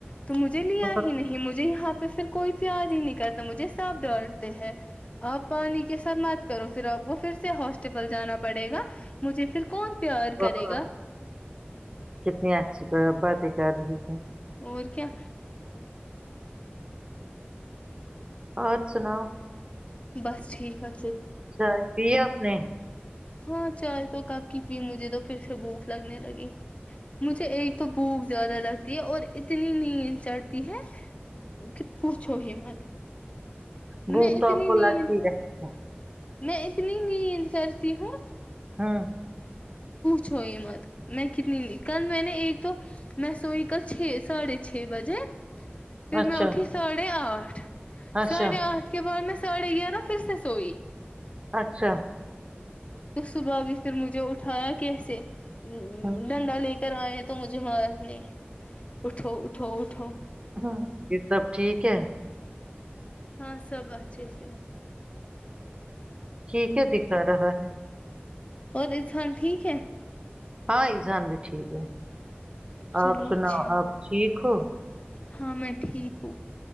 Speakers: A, on the left; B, on the right.
A: تو مجھے لیا
B: بہت
A: ہی نہیں مجھے یہاں پہ پھر کوئی پیار ہی نہیں کرتا مجھے ساپ ڈالتے ہیں آپ پانی کے ساتھ مات کرو پھر آپ کو پھر سے ہاسٹپل جانا پڑے گا مجھے پھر کون سا پیار کرے
B: بہت
A: گا
B: کتنی اچھی پر ربا ت کر رہی ہے
A: اور کیا
B: اور سنا
A: بس ٹھیک ہے
B: چل پ ہے اپنے
A: ہاں چل تو کب کی پی مجھے تو پھر سے بھوک لگنے لگی مجھے ایک تو بک زیادہ لگتی ہے اور اتنی نیند چھتی ہے کہ پوچھو ہم مت
B: بوک
A: میں اتنی
B: توپ کو
A: نیند
B: الگ ہی رہ ہے
A: میں اتنی نیند کرتی ہوں
B: ہاں
A: چھوئی مت میں کتنی کل میں نے ایک دو میں سوئی کل چھ ساڑھے چھ بجے پھر
B: اچھا
A: میں اٹھی ساڑھے آٹھ اٹھ
B: اچھا
A: ساڑھے آتھ کے بعد میں سڑےیا نا پھر سے سوئی
B: اچھا
A: تو صبح بھی پھر مجھے اٹھایا کیسے ہ
B: ہوں
A: ڈنا لے پھر آئے تو مجھے مارنے اٹھو اٹھو اٹھو
B: ہ یہ سب ٹھیک ہے
A: ہاں سب اچھے سے
B: ٹھیک ہے دکھا رہا ہے
A: اور اسان ٹھیک ہے
B: ہاں ایزان بھی ٹھیک ہے
A: چلو
B: آپ سناؤ
A: اچھی بات
B: آپ ٹھیک ہو
A: ہاں میں ٹھیک ہوں